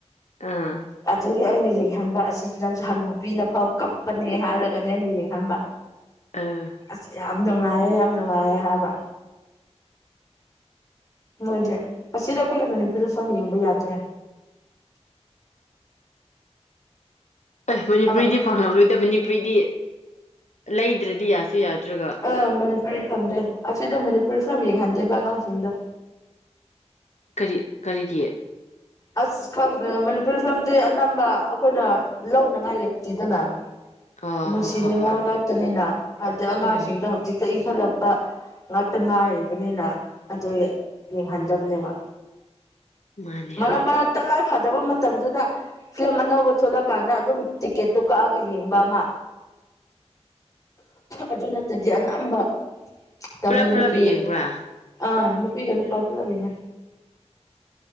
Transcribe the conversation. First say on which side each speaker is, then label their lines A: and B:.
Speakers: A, on the left (about 80°); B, on the left (about 30°).
A: ꯑꯥ
B: ꯑꯗꯨꯒꯤ ꯑꯩꯅ ꯌꯦꯡꯍꯟꯕ ꯑꯁꯤ ꯐꯤꯂꯝꯁꯦ ꯍꯥꯅꯨꯕꯤꯅ ꯐꯥꯎ ꯀꯞꯄꯅꯦ ꯍꯥꯏꯔꯒꯅꯦ ꯑꯩꯅ ꯌꯦꯡꯍꯟꯕ
A: ꯑꯥ
B: ꯑꯁ ꯌꯥꯝ ꯅꯨꯡꯉꯥꯏꯌꯦ ꯌꯥꯝ ꯅꯨꯡꯉꯥꯏꯌꯦ ꯍꯥꯏꯕ ꯃꯣꯏꯗꯤ ꯑꯁꯤꯗ ꯑꯩꯈꯣꯏ ꯃꯅꯤꯄꯨꯔꯤ ꯐꯥꯎ ꯌꯦꯡꯕ ꯌꯥꯗꯦ
A: ꯑꯦ ꯃꯅꯤꯄꯨꯔꯤꯗꯤ
B: ꯑꯉꯥꯡ
A: ꯐꯪꯉꯂꯣꯏꯗꯕ ꯃꯅꯤꯄꯨꯔꯤꯗꯤ ꯂꯩꯗ꯭ꯔꯗꯤ ꯌꯥꯁꯨ ꯌꯥꯗ꯭ꯔꯒ
B: ꯑꯥ ꯃꯅꯤꯄꯨꯔꯤ ꯐꯪꯗꯦ ꯑꯁꯤꯗ ꯃꯅꯤꯄꯨꯔꯤ ꯐꯤꯂꯝ ꯌꯦꯡꯍꯟꯗꯦꯕ ꯑꯉꯥꯡꯁꯤꯡꯗꯣ
A: ꯀꯔꯤ ꯀꯔꯤꯒꯤ
B: ꯑꯁ ꯈꯪ ꯃꯅꯤꯄꯨꯔꯤ ꯐꯤꯂꯝꯗꯤ ꯑꯅꯝꯕ ꯑꯩꯈꯣꯏꯅ ꯂꯧꯅꯉꯥꯏ ꯂꯩꯇꯦꯗꯅ
A: ꯑꯥ
B: ꯅꯨꯡꯁꯤ
A: ꯍꯣꯏ ꯍꯣꯏ
B: ꯅꯤꯉꯣꯜ
A: ꯍꯣꯏ
B: ꯉꯥꯛꯇꯅꯤꯅ ꯍꯥꯏꯗꯤ ꯑꯉꯥꯡꯁꯤꯡꯗ
A: ꯎꯝ
B: ꯍꯧꯖꯤꯛꯇ ꯏꯪꯈꯠꯂꯛꯄ ꯉꯥꯛꯇ ꯉꯥꯏꯔꯤꯕꯅꯤꯅ ꯑꯗꯨꯒꯤ ꯌꯦꯡꯍꯟꯗꯕꯅꯦꯕ
A: ꯃꯥꯅꯦ
B: ꯃꯔꯛ
A: ꯍꯣꯏ
B: ꯃꯔꯛꯇ ꯇꯉꯥꯏ ꯐꯗꯕ ꯃꯇꯝꯗꯨꯗ ꯐꯤꯂꯝ ꯑꯅꯧꯕ ꯊꯣꯛꯣꯂꯛꯀꯥꯟꯗ ꯑꯗꯨꯝ ꯇꯤꯛꯀꯦꯠꯇꯣ ꯀꯛꯑꯒ ꯌꯦꯡꯕ ꯑꯃ ꯑꯗꯨ ꯅꯠꯇꯗꯤ ꯑꯅꯝꯕ ꯇꯃꯤꯜꯒꯤ
A: ꯄꯨꯂꯞ ꯄꯨꯂꯞ ꯌꯦꯡꯕ꯭ꯔꯥ
B: ꯑꯥ ꯅꯨꯄꯤꯒ ꯅꯨꯄꯥ ꯄꯨꯜꯂ ꯌꯦꯡꯉꯦ